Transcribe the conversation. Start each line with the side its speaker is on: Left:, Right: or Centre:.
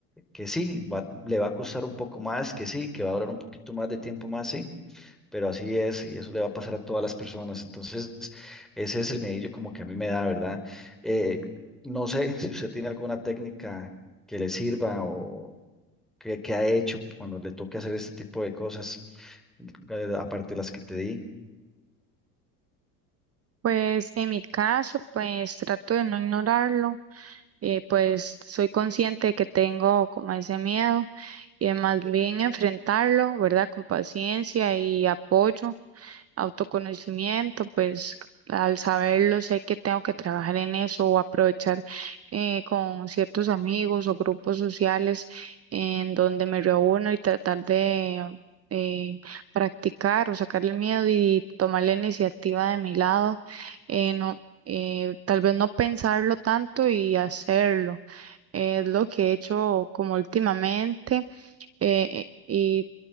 Centre: que sí, va- le va a costar un poco más, que sí, que va a durar un poquito más de tiempo más, sí, pero así es y eso le va a pasar a todas las personas. Entonces, ese es el medillo como que a mí me da, ¿verdad? Eh, no sé si usted tiene alguna técnica que le sirva o que, que ha hecho cuando le toque hacer este tipo de cosas, eh, aparte de las que te di.
Right: Pues en mi caso, pues trato de no ignorarlo, eh, pues soy consciente de que tengo como ese miedo y más bien enfrentarlo, ¿verdad? Con paciencia y apoyo autoconocimiento, pues al saberlo sé que tengo que trabajar en eso o aprovechar eh, con ciertos amigos o grupos sociales en donde me reúno y tratar de eh, practicar o sacarle el miedo y tomar la iniciativa de mi lado. eh, no, eh, tal vez no pensarlo tanto y hacerlo. Es lo que he hecho como últimamente eh, y